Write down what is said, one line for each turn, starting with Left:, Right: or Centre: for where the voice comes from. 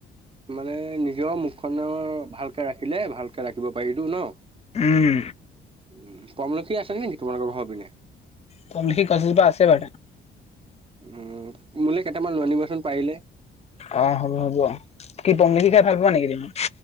Right: মানে নিজৰ মুখখনৰ ভালকে ৰাখিলে ভাল। ৰাখিব পাৰিলো ন
Left: উম
Right: উ আমলখি আছে নেকি তোমালোকৰ ঘৰ। সিপিনে?
Left: তম নখি কচিজ বা আছে বে।
Right: উম মোলৈ কেইটামান লৈনিবাচোন পাৰিলে।
Left: অ হ'ব হ'ব কি পমলিখি খাই ভাল পোৱা নেকি তুমি